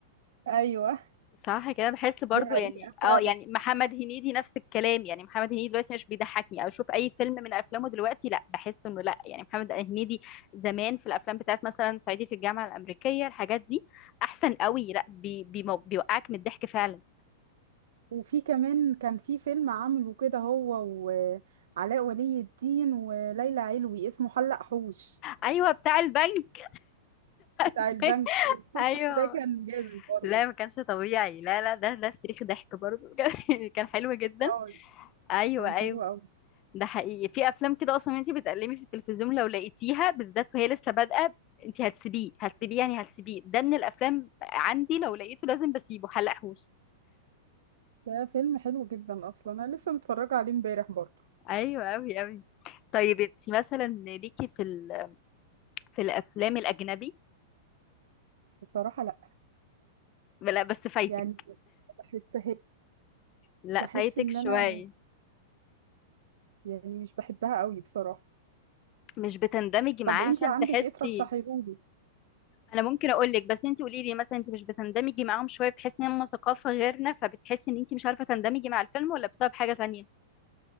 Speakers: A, on the right; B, on the left.
A: ايوه
B: صح كده بحس برضو
A: دي حقيقه
B: يعني
A: فعلا
B: اه يعني محمد هنيدي نفس الكلام يعني محمد هنيدي دلوقتي مش بيضحكني او اشوف اي فيلم من افلامه دلوقتي لا بحس انه لا يعني محمد هنيدي زمان في الافلام بتاعت مثلا صعيدي في الجامعه الامريكيه الحاجات دي احسن قوي لا بي بي بيوقعك من الضحك فعلا
A: وفي كمان كان في فيلم عامله كده هو وعلاء ولي الدين وليلى علوي اسمه حلق حوش
B: ايوه بتاع البنك
A: بتاع
B: <laughs>
A: البنك الفيلم
B: ايوه
A: ده كان جامد برضه
B: لا ما كانش طبيعي لا لا ده ده صريخ ضحك برضه بجد. <laughs> كان حلو جدا
A: اه
B: ايوه
A: كان
B: ايوه
A: حلو قوي
B: ده حقيقي في افلام كده اصلا انت بتقلبي في التلفزيون لو لقيتيها بالذات وهي لسه بادئه انت هتسيبيه هتسيبيه يعني هتسيبيه ده من الافلام عندي لو لقيته لازم بسيبه حلقهوش
A: ده فيلم حلو جدا اصلا انا لسه متفرجه عليه امبارح برضه
B: ايوه اوي اوي طيب انت مثلا ليكي في ال... في الافلام الاجنبي
A: بصراحه لا
B: لا بس فايتك
A: يعني بحسها
B: لا
A: بحس
B: فايتك
A: ان
B: شويه
A: انا يعني مش بحبها قوي بصراحه
B: مش بتندمجي معاه
A: طب انتي
B: عشان
A: عندك
B: تحسي
A: ايه ترشحيهولي
B: انا ممكن اقول لك بس انت قولي لي مثلا انت مش بتندمجي معاهم شويه بتحسي ان هم ثقافه غيرنا فبتحسي ان انت مش عارفه تندمجي مع الفيلم ولا بسبب حاجه تانية